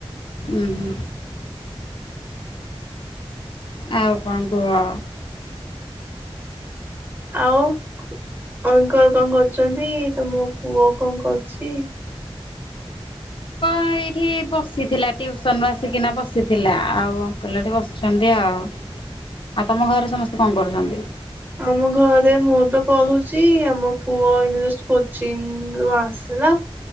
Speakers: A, on the left; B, on the right.
A: ଉଁ ହୁଁ। ଆଉ କଣ କୁହ?
B: ଆଉ ଅଙ୍କଲ କଣ କରୁଚନ୍ତି? ତମ ପୁଅ କଣ କ ଛି
A: ହଁ ଏଇଠି ବସିଥିଲା ଟିଉସନରୁ ଆସିକିନା ବସିଥିଲା ଆଉ ଅଙ୍କଲ ଏଠି ବସିଛନ୍ତି ଆଉ। ଆଉ ତମ ଘରେ ସମସ୍ତେ କଣ କରୁଚନ୍ତି?
B: ଆମ ଘରେ ମୁଁ ତ ପଢୁଛି ଆମ ପୁଅ ଏଇନା ଜଷ୍ଟ କୋଚିଙ୍ଗ ରୁ ଆସିଲା